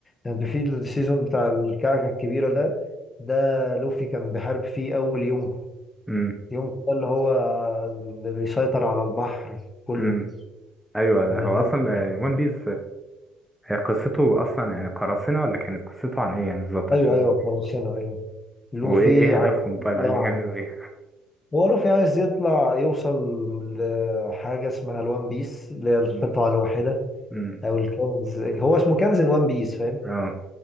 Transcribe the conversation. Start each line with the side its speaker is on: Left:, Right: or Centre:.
Left: يعني في السيزون بتاع الكعكه الكبيره ده ده لوفي كان بيحارب فيه اول يونكو
Centre: امم
Left: يونكو ده اللي هو اللي بيسيطر على البحر كله
Centre: امم ايوه ده
Left: من
Centre: هو
Left: أول
Centre: اصلا ون بيس هي قصته اصلا يعني قراصنه ولا كانت قصته عن ايه يعني بالظبط
Left: ايوه
Centre: عشان
Left: ايوه قراصنة ايوه لوفي
Centre: وايه ايه
Left: عايز
Centre: هدفهم
Left: يطلع
Centre: طيب عايزين يعملوا ايه
Left: هو لوفي عايز يطلع يوصل لحاجة اسمها الوان بيس اللي هي القطعة
Centre: امم
Left: الواحدة
Centre: امم
Left: او الكنز هو اسمه كنز الوان بيس فاهم
Centre: اه